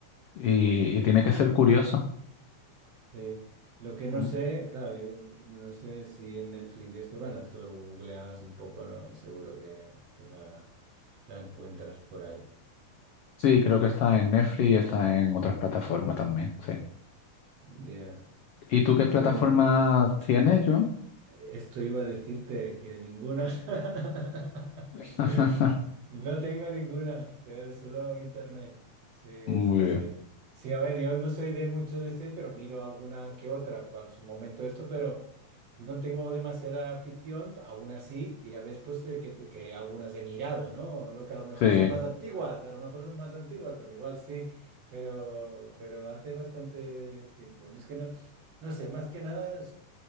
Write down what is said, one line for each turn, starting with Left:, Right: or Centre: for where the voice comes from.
Left: Y,
Right: sí.
Left: y tiene que ser curioso.
Right: Sí. Lo que no
Left: Mm.
Right: sé, claro, yo no sé si en Netflix esto, bueno, esto lo googleas un poco, ¿no? Y seguro que, que la, la encuentras por ahí.
Left: Sí, creo que está en Netflix y está en otras plataformas también, sí.
Right: Ya.
Left: ¿Y tú qué plataforma
Right: Hoy en, di-
Left: tienes, yo?
Right: Esto iba a decirte que ninguna. <laughs>
Left: <laughs>
Right: No tengo ninguna, tengo solo internet. Sí,
Left: Muy
Right: sí,
Left: bien.
Right: sí. Sí, a ver, yo no soy de mucho de este, pero miro alguna que otra, cual su momento esto, pero no tengo demasiada afición, aún así, y ya ves pues eh, que, que algunas he mirado, ¿no? Lo que a lo mejor
Left: Sí,
Right: son más antiguas, a lo mejor son más antiguas, pues igual sí, pero, pero hace bastante tiempo. Es que no, no sé, más que nada.